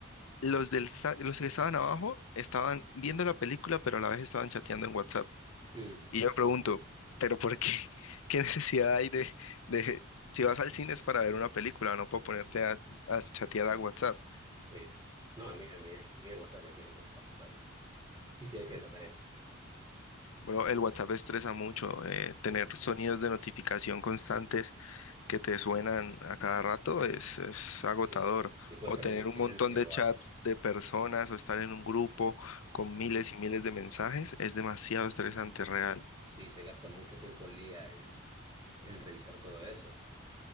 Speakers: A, on the left; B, on the right.
A: los del, sta- los que estaban abajo estaban viendo la película, pero a la vez estaban chateando en WhatsApp.
B: Mm,
A: Y yo me pregunto, ¿pero por qué? <laughs> ¿Qué necesidad hay de, de... Si vas al cine es para ver una película, no para ponerte a, a chatear a WhatsApp.
B: sí. No, mira, mira, mira, WhatsApp me tiene cansado, ¿sabes? Quisiera que desaparezca.
A: Bro, el WhatsApp estresa mucho, eh, tener
B: Sí.
A: sonidos de notificación constantes que te suenan a cada rato es, es agotador.
B: sí. Y puede
A: O
B: ser
A: tener
B: urgente
A: un montón de
B: o
A: chats
B: algo.
A: de personas o estar en un grupo con miles y miles de mensajes es demasiado estresante, real.
B: Sí, se gasta mucho tiempo al día en, en revisar todo eso.